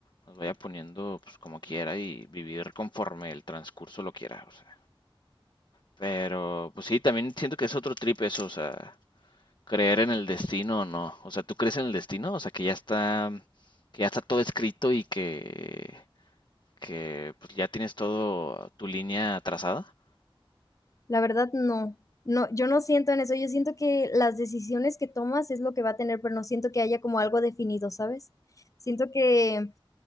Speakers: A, on the left; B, on the left.
A: nos vaya poniendo pues como quiera y vivir conforme el transcurso lo quiera, o sea. Pero, pues sí, también siento que es otro trip eso, o sea, creer en el destino o no. O sea, ¿tú crees en el destino? O sea, que ya está, que ya está todo escrito y que, que pues ya tienes todo tu línea trazada.
B: La verdad, no. No, yo no siento en eso, yo siento que las decisiones que tomas es lo que va a tener, pero no siento que haya como algo definido, ¿sabes? Siento que,